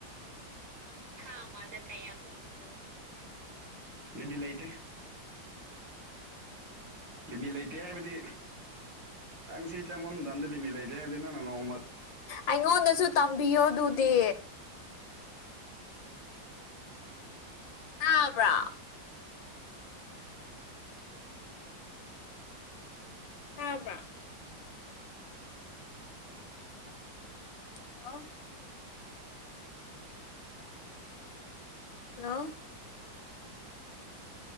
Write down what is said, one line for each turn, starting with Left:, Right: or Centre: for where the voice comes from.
Right: ꯊꯥ ꯑꯃꯗ ꯀꯌꯥꯃꯨꯛ
Left: ꯎꯝ
Right: ꯂꯩꯕꯤ ꯂꯩꯇ ꯂꯤꯃꯤꯠ ꯂꯩꯇꯦ ꯍꯥꯏꯕꯗꯤ ꯑꯪ ꯁꯤ ꯆꯪꯃꯝꯗꯥꯟꯗ ꯂꯤꯃꯤꯠ ꯂꯩꯔꯦ ꯍꯥꯏꯕꯗꯤ ꯅꯪꯅ ꯅꯣꯡꯃ
Left: ꯑꯩꯉꯣꯟꯗꯁꯨ ꯇꯝꯕꯤꯌꯣ ꯑꯗꯨꯗꯤ ꯇꯕ꯭ꯔꯥ ꯇꯥꯕ꯭ꯔ ꯍꯜꯂꯣ ꯍꯜꯂꯣ